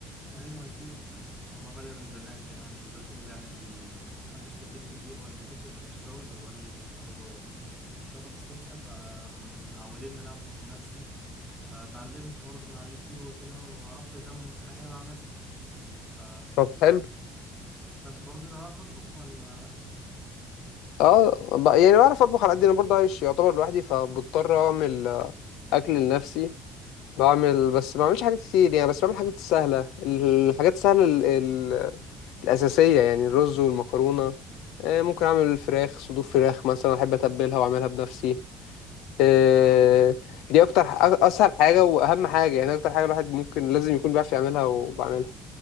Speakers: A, in the centre; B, on the left (about 80°).
A: ايوه اكيد الموضوع بدأ من زمان كمان بالذات اللي يعني ال- محدش في البيت كتير والدتي بتبقى في الشغل ووالدي بيبقى برضه في الشغل الصبح فمعودين ان انا اطبخ لنفسي فتعلمت برضه من على اليوتيوب وكده وعرفت كم حاجة بعملها ف...
B: طب حلو
A: فانت برضه تعرف تطبخ ولا
B: اه ب- يعني بعرف اطبخ على قد انا برضه عايش يعتبر لوحدي فبضطر اعمل آه، اكل لنفسي بعمل بس ما بعملش حاجات كتير يعني بس بعمل حاجات سهله الحاجات السهله ال... ال... الاساسيه يعني الرز والمكرونه آه، ممكن اعمل فراخ صدور فراخ مثلا احب اتبلها واعملها بنفسي آه، دي اكتر ح- اسهل حاجه واهم حاجه يعني اكتر حاجه الواحد ممكن لازم يكون بيعرف يعملها وبعملها